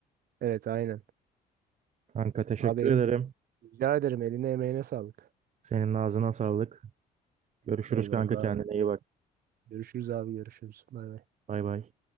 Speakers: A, on the right; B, on the right.
A: Evet aynen.
B: Kanka teşekkür
A: Abi
B: ederim.
A: rica ederim eline emeğine sağlık.
B: Senin ağzına sağlık. Görüşürüz
A: Eyvallah
B: kanka kendine
A: abi.
B: iyi bak.
A: Görüşürüz abi görüşürüz. Bay bay.
B: Bay bay.